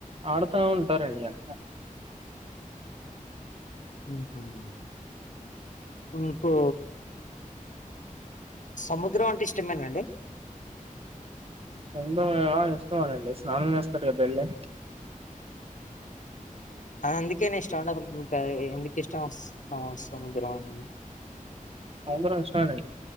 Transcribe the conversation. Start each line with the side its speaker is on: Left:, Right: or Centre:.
Right: ఆడుతా ఉంటారండి అంతా
Left: మ్మ్ఉమ్మ్ మీకు సముద్రం అంటే ఇష్టమేనండి
Right: అవునా ఇష్టమేనండి స్నానం చేస్తారు కదా ఎళ్ళి
Left: ఆ అందుకేనే ఇష్టమండి అసలు ఇంక ఎందుకు ఇష్టం స సముద్రం అనేది
Right: సముద్రం ఇష్టమేనండి